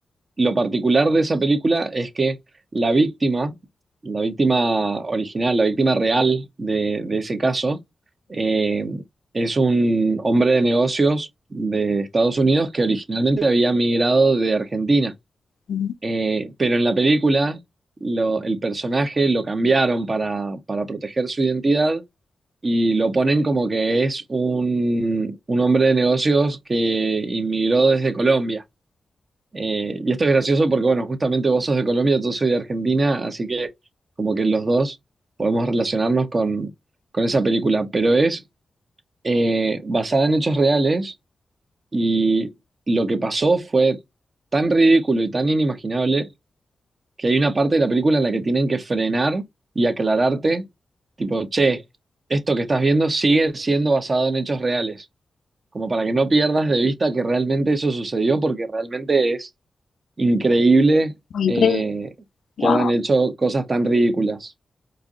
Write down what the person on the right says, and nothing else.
Lo particular de esa película es que la víctima, la víctima original, la víctima real de, de ese caso, eh, es un hombre de negocios de Estados Unidos que originalmente había migrado de Argentina.
Eh, pero en la película lo- el personaje lo cambiaron para, para proteger su identidad y lo ponen como que es un, un hombre de negocios que inmigró desde Colombia. Eh, y esto es gracioso porque, bueno, justamente vos sos de Colombia, yo soy de Argentina, así que como que los dos podemos relacionarnos con, con esa película, pero es eh, basada en hechos reales y lo que pasó fue tan ridículo y tan inimaginable que hay una parte de la película en la que tienen que frenar y aclararte, tipo, che, esto que estás viendo sigue siendo basado en hechos reales, como para que no pierdas de vista que realmente eso sucedió porque realmente es increíble
eh,
que hayan hecho cosas tan ridículas